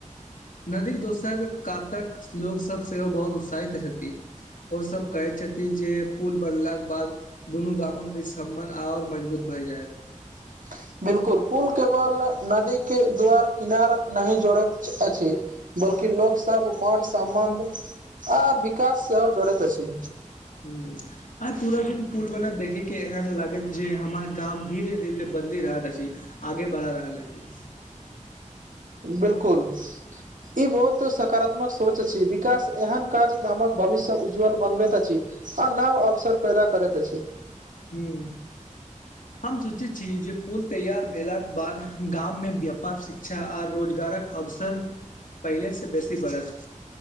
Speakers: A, on the left (about 80°); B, on the right (about 75°).
A: नदीक दोसर कातक लोकोसभ सेहो बहुत उत्साहित हेथि ओ सब कहे छथि जे पुल बनलाके बाद दुनू गामक बीच सम्बन्ध आओर मजबूत भए जायत
B: <unintelligible> बिलकुल पुल केवल नदी के द्वार किनार नहि जोड़ैत अछि बल्कि लोक सब मान सम्मान आ विकास सेहो जोड़ैत अछि
A: हू आइ पूरा दिन पुल बनैत देखे के एहन लागैत जे हमर गाम धीरे धीरे बदली रहलैत अछि आगे बढ़ा रहल अछि
B: बिल्कुल ई बहुत सकारात्मक सोच अछि विकास एहन काज गामक भविष्य से उज्जवल बनबैत अछि स नव अवसर पैदा करैत अछि
A: की हम सोचे छी जे पुल तैयार भेला के बाद गाम में व्यापार शिक क्षा आ रोजगारक अवसर पहिले सँ बेसी बढ़त